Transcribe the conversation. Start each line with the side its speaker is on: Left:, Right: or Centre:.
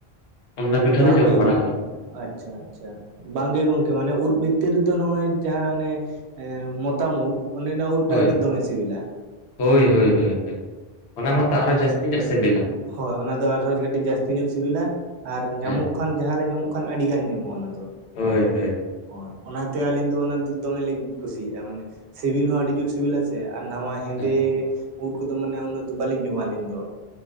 Left: ᱚᱱᱟ ᱯᱤᱴᱷᱟᱹ
Right: ᱵᱟᱝ
Left: ᱫᱚ ᱡᱚᱢ
Right: ᱜᱮ
Left: ᱵᱟᱲᱟ
Right: ᱜᱚᱝᱼᱼ
Left: ᱦᱩᱭ ᱠᱟᱱᱟ᱾
Right: ᱟᱪᱪᱷᱟ ᱟᱪᱪᱷᱟ ᱵᱟᱝᱜᱮ ᱜᱚᱝᱠᱮ ᱢᱟᱱᱮ ᱩᱫ ᱵᱷᱤᱛᱤᱨ ᱨᱮᱫᱚ ᱱᱚᱜᱼᱚᱭ ᱡᱟᱦᱟᱸ ᱚᱱᱮ᱾ ᱮ ᱢᱚᱛᱟᱢ ᱩᱫ ᱚᱱᱮ ᱚᱱᱟ ᱩᱫ ᱴᱟᱜ
Left: ᱦᱳᱭ
Right: ᱜᱮ ᱫᱚᱢᱮ ᱥᱤᱵᱤᱞᱟ᱾
Left: ᱦᱳᱭ ᱦᱳᱭ ᱦᱳᱭ ᱚᱱᱟ ᱢᱟᱛᱚ ᱟᱨᱚ ᱡᱟᱹᱥᱛᱤ ᱧᱚᱜ ᱥᱤᱵᱤᱼᱼ
Right: ᱦᱳᱭ ᱚᱱᱟ ᱫᱚ ᱟᱨᱦᱚᱸ ᱠᱟᱹᱴᱤᱡ ᱡᱟᱹᱥᱛᱤ ᱧᱚᱜ ᱥᱤᱵᱤᱞᱟ ᱟᱨ ᱧᱟᱢᱚᱜ᱾
Left: ᱦᱮᱸ
Right: ᱠᱷᱟᱱ ᱡᱟᱦᱟᱸ ᱨᱮ ᱧᱟᱢᱚᱜ ᱠᱷᱟᱱ ᱟᱹᱰᱤ ᱜᱟᱱ ᱧᱟᱢᱚᱜᱼᱟ ᱚᱱᱟ ᱫᱚ᱾
Left: ᱦᱳᱭ ᱦᱳᱭ
Right: ᱦᱳᱭ ᱚᱱᱟᱛᱮ ᱟᱹᱞᱤᱧ ᱫᱚ ᱚᱱᱟ ᱫᱚ ᱫᱚᱢᱮᱞᱤᱧ ᱠᱩᱥᱤᱭᱟᱜᱼᱟ ᱢᱟᱱᱮ ᱥᱤᱵᱤᱞ ᱦᱚᱸ ᱟᱹᱰᱤ᱾ ᱡᱩᱛ ᱥᱤᱵᱤᱞᱟ ᱥᱮ ᱟᱨ ᱱᱟᱣᱟ ᱦᱮᱸᱫᱮ
Left: ᱦᱮᱸ
Right: ᱩᱫ ᱠᱚᱫᱚ ᱢᱟᱱᱮ ᱩᱱᱟᱹᱜ ᱫᱚ ᱵᱟᱞᱤᱧ ᱡᱚᱢᱟ ᱟᱹᱞᱤᱧ ᱫᱚ᱾